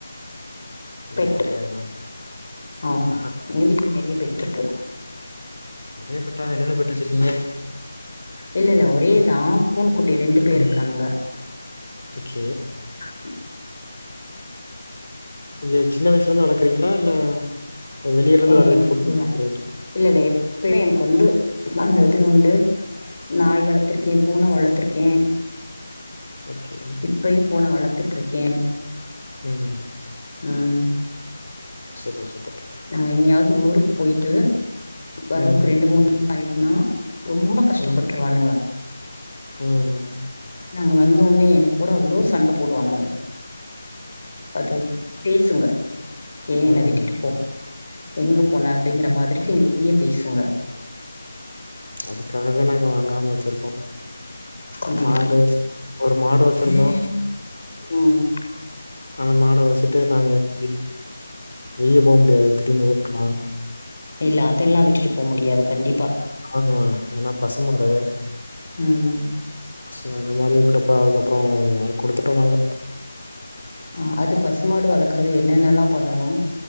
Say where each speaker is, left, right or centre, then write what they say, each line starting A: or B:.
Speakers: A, on the left (about 60°); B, on the left (about 35°).
A: இல்ல
B: பெட்
A: எனக்கு கெடையாது மேம்
B: ஆ
A: ஆஹா
B: எங்க வீட்ல நெறைய பெட்ருக்கு
A: நெறையா பெட்டா என்னென்ன பெட் வெச்சிருக்கிங்க
B: இல்ல இல்ல ஒரேதா பூன குட்டி ரெண்டு பேர்
A: ம்
B: இருக்கானுங்க
A: ஓகே
B: த
A: நீங்க சின்ன வயசுல இருந்து வளக்குறிங்களா இல்ல வெளிய இருந்து
B: ஏ
A: வர்றதுக்கு
B: எப்ல்ல
A: ஃபுட்
B: இல்ல இல்ல எப்பல எனக்கு வந்து அந்த இது உண்டு நாய் வளத்துருக்கே பூன வளத்துருக்கே
A: ஓகே
B: இப்பயு பூன வளத்துட்ருக்கே
A: ம் ம்
B: ம்
A: சூப்பர் சூப்பர்
B: நாங்க எங்கயாது ஊருக்கு போயிட்டு வர்றதுக்கு
A: ம்
B: ரெண்டு மூணு நாள் ஆயிட்னா ரொம்ப கஷ்டப்பட்ருவானுங்க
A: ம் ம்
B: நாங்க வந்தோனே எங்க கூட அவ்ளோ சண்ட போடுவானுங்க அது பேசுங்க ஏ என்ன
A: ம்
B: விட்டுட்டு போ எங்க போன அப்டிங்கற
A: ம்
B: மாதிரிக்கு நிறைய பேசுங்க
A: அதுக்காகவே நாங்க வாங்காம வெச்சிருக்கோ
B: ம்
A: மாடு ஒரு மாடு வெச்சிருந்தோ
B: ம்
A: அந்த மாட வெச்சிட்டு நாங்க வி வெளிய போக முடியாது திடீனு ஓட்டனு
B: இல்ல அதெல்லா விட்டுட்டு போ முடியாது கண்டிப்பா
A: ஆமா ஏன்னா பசுமாடு
B: ம்
A: சோ அந்த மாரி இருக்றப்போ அதுக்கப்ற குடுத்துட்டோ நாங்க
B: ஆ அது பசுமாடு வளக்குற என்னென்னல்லா பண்ணனு